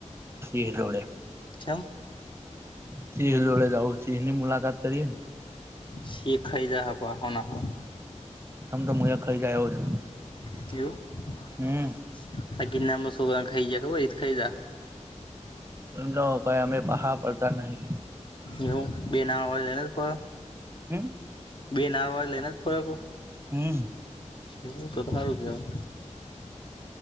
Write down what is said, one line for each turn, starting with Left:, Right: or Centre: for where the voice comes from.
Right: સિહરોડે.
Left: છેમ.
Right: સિંહ જોડે જાવ સિંહ ની મુલાકાત કરીએ ને.
Left: શી ખાઈદા હકો હોના હો.
Right: આમ તો મુ ખાઈ જાય આવ્યો છું.
Left: એ.
Right: હમ.
Left: આજ ગિનારમા સોકરાને ખાઈ ગ્યા હો એવીતે ખાઈ જાહે.
Right: ના હો ભાઈ અમે પાહા પડતા નહી..
Left: એવું? બેના હોય એલપ
Right: હક્ન્.
Left: બેન આવ લયને જ ફરવું.
Right: હમ
Left: એવું તો તો સારું કેવાય.